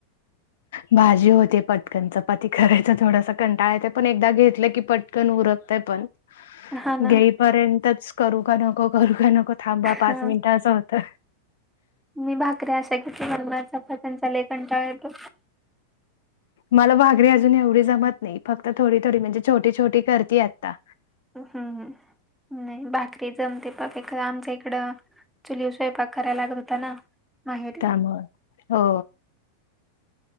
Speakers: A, on the left; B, in the centre.
A: भाजी होते पटकन चपाती करायचा थोडासा कंटाळा येतो पण एकदा घेतलं की पट कन उरकतय पण
B: हा ना
A: घेईपर्यंतच करू का नको करू का नको थांबा पाच
B: हा
A: मिनिट असं हो तं
B: मी भाकऱ्या अशा किती खरं चपात्यांचा लय कंटाळा येतो.
A: मला भाकरी अजून एवढी जमत नाही फक्त थोडी-थोडी म्हणजे छोटी-छोटी करतेय आत्ता.
B: हम्म हम्म, नाही भाकरी जमते पकेक आमच्या इकडं- चुलीवर स्वयपाक करायला लागत होता ना मा हे.
A: त्यामुळं हो.